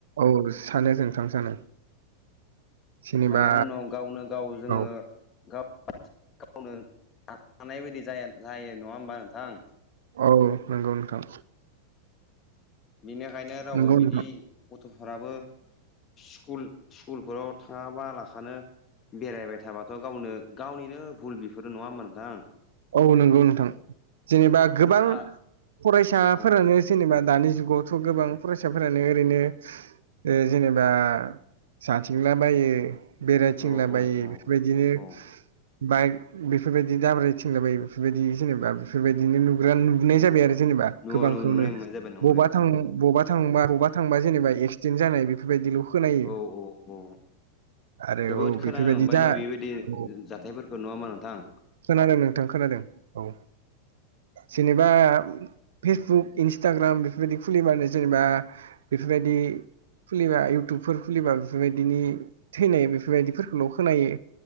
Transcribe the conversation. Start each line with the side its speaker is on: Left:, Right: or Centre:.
Right: औ सानो जों थांनो सानो। जेनेबा
Left: माने उनाव गावनो गाव जोङो
Right: औ
Left: गाव गावनो हानाय बादि जाया जायो नङा होमबा नोंथां?
Right: औ नंगौ नोंथां।
Left: बेनिखायनो रावबो
Right: नंगौ
Left: बिदि
Right: नोंथां
Left: गथ'फोराबो स्कुल स्कुलफोराव थाङाबा लाखानो बेरायबाय थाबाथ' गावनो गावनिनो भुल बेफोरो नङा होनबा नोंथां।
Right: औ नंगौ नोंथां जेनेबा गोबां
Left: आ
Right: फरायसाफोरा
Left: औ
Right: जेनेबा दानि जुगावथ' गोबां फरायसाफोरानो ओरैनो बे जेनेबा जाथिंला बायो बेरायथिंला
Left: औ औ
Right: बायो
Left: औ
Right: बेफोरबायदिनो
Left: औ
Right: बाइक बेफोर बायदि दाब्रथिं बेफोर बायदि जेनेबा बेफोर बायदि बिदिनो नुग्रा नुनाय जाबाय आरो जेनेबा
Left: न'
Right: गोबांखौनो
Left: नुनाय मोननाय जाबाय नंगौलाय
Right: बबावबा
Left: नंगौ
Right: थां बबेबा बबा बबा थांबा जेनेाक्सिडेन्ट जानाय बेफोरबायदिल' खोनायो
Left: औ औ औ।
Right: आरो
Left: जोबोद
Right: औ
Left: खोनानो
Right: बेफोरबायदि
Left: मोनबाय
Right: जा
Left: न' बेबायदि
Right: औ
Left: जाथायफोरखौ नंङा होनबा नोंथां
Right: खोनादों नोंथां खोनादों औ जेनेबा फेसबुक इन्सटाग्राम बेफोरबायदि खुलिबानो जेनेबा बेफोरबायदि खुलिबा इउटुबफोर खुलिबा बेफोर बायदिनि थैनाय बेफोर बायदिफोरखौल' खोनायो